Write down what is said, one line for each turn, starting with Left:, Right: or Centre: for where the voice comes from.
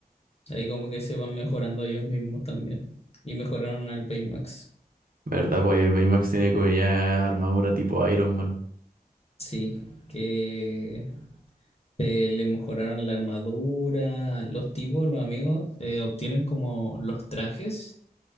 Left: ahí como que se van mejorando ellos mismos también. Y mejoraron al Baymax.
Right: ¿Verdad? Pues ahí el Baymax tiene como ya armadura tipo Iron Man.
Left: Sí, que eh, le mejoraron la armadura. Los tipos, los amigos, eh, obtienen como los trajes.